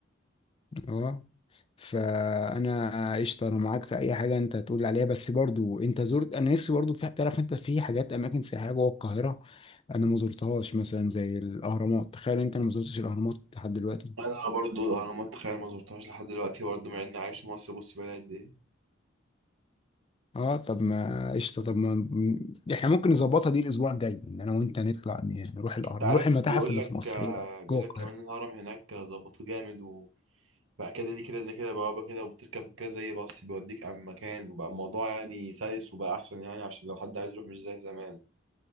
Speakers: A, on the left; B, on the right.
A: اه فانا قشطه انا معاك في اي حاجه انت هتقول عليها بس برضو انت زرت انا نفسي برضو في تعرف انت في حاجات اماكن سياحيه جوه القاهره انا ما زرتهاش مثلا زي الاهرامات تخيل انت انا ما زرتش الاهرامات لحد دلوقتي
B: أنا برضو الأهرامات تخيل ما زرتهاش لحد دلوقتي برضو مع إني عايش في مصر بص بقالي قد إيه
A: اه طب ما قشطه طب ما م- احنا ممكن نظبطها دي الاسبوع الجاي ان انا وانت نطلع ن- نروح الاهرام
B: أنت عارف
A: نروح المتاحف
B: بيقول
A: اللي
B: لك
A: في مصر
B: آه،
A: إيه رأيك؟
B: بيقول
A: جوه القاهره
B: لك كمان الهرم هناك ظبطوه جامد وبقى كده دي كده زي كده بوابة كده وبتركب كده زي باص بيوديك عن مكان وبقى الموضوع يعني سلس وبقى أحسن يعني عشان لو حد عايز يروح مش زي زمان